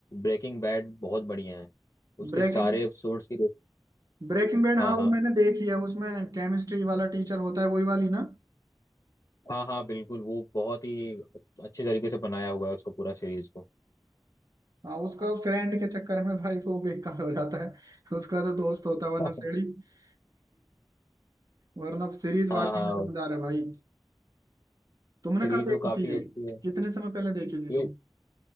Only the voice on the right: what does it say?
ब्रेकिंग
ब्रेकिंग बैड हाँ
वो मैंने देखी है उसमें केमिस्ट्री वाला टीचर होता है वही वाली ना
हाँ उसका फ्रेंड के चक्कर में भाई वो बेकार हो जाता है उसका तो दोस्त होता है वरना
सड़ी <laughs> वरना सीरीज
वाकई
में दमदार है भाई तुमने
कब देखी
थी ये
कितने समय पहले देखी थी
तुम